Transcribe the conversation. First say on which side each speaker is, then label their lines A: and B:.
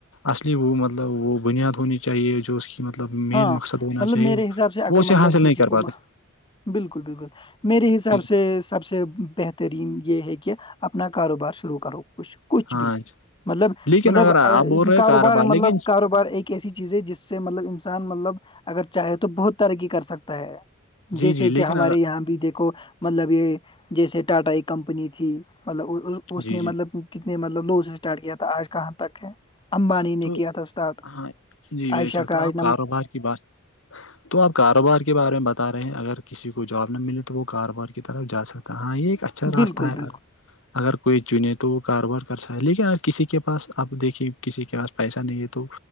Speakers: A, on the left; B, on the left.
A: اصلی وہ مطلب وہ بنیاد ہونی چاہیے جو اس کی مطلب مین
B: ہاں
A: مقصد ہونا
B: مطلب
A: چاہیے
B: میرے حساب سے اگر
A: وہ اسے
B: مطلب
A: حاصل
B: کسی
A: نہیں کر
B: کو
A: پاتے
B: بالکل بالکل میرے حساب
A: جی
B: سے سب سے بہترین یہ ہے کہ اپنا کاروبار شروع کرو کچھ کچھ
A: ہاں
B: بھی
A: جی
B: مطلب
A: لیکن
B: مطلب
A: اگر آپ بول رہے
B: کاروبار مطلب
A: لیکن
B: کاروبار ایک ایسی چیز ہے جس سے مطلب انسان مطلب اگر چاہے تو بہت ترقی کر سکتا ہے
A: جی
B: جیسے
A: جی لیکن
B: کہ ہمارے
A: اگر
B: یہاں پہ دیکھو مطلب یہ جیسے ٹاٹا ایک کمپنی تھی مطلب اس
A: جی
B: نے
A: جی
B: مطلب کتنے مطلب لو سے اسٹارٹ کیا تھا آج کہاں تک ہے امبانی نے
A: تو
B: کیا تھا اسٹارٹ
A: ہاں جی بے
B: عائشہ
A: شک
B: کا
A: تو آپ
B: عشہ
A: کاروبار کی بات تو آپ کاروبار کے بارے میں بتا رہے ہیں اگر کسی کو جاب نہ ملے تو وہ کاروبار کی طرف جا سکتا ہاں یہ ایک اچھا راستہ
B: بالکل
A: ہے
B: بالکل
A: اگر کوئی چنے تو وہ کاروبار کر سک لیکن ا کسی کے پاس آپ دیکھیے کسی کے پاس پیسہ نہیں ہے تو